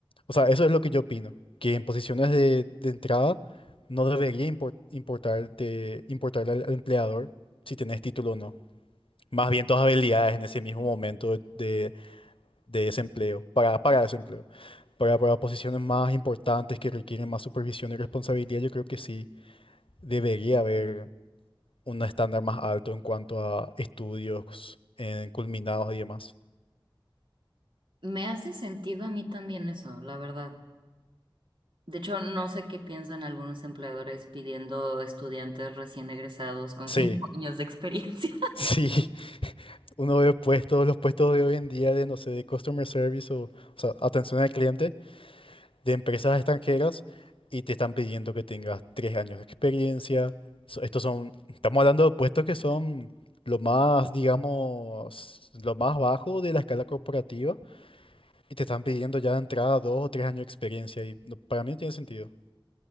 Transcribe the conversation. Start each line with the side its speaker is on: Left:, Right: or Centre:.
Left: o sea, eso es lo que yo opino, que en posiciones de, de entrada no debería impor- importarte, importarle al, al empleador si tenés título o no. Más bien tus habilidades en ese mismo momento de, de ese empleo, para, para ese empleo. Para, para posiciones más importantes que requieren más supervisión y responsabilidad, yo creo que sí debería haber un estándar más alto en cuanto a estudios en culminados y demás.
Right: Me hace sentido a mí también eso, la verdad. De hecho, no sé qué piensan algunos empleadores pidiendo estudiantes recién egresados con
Left: Sí,
Right: cinco <laughs> años de experiencia.
Left: <laughs> sí. uno ve puestos, los puestos de hoy en día de, no sé, de customer service o, o sea, atención al cliente de empresas extranjeras y te están pidiendo que tengas tres años de experiencia. So- Estos son, estamos hablando de puestos que son lo más, digamos, lo más bajo de la escala corporativa y te están pidiendo ya de entrada dos o tres años de experiencia y no- para mí no tiene sentido.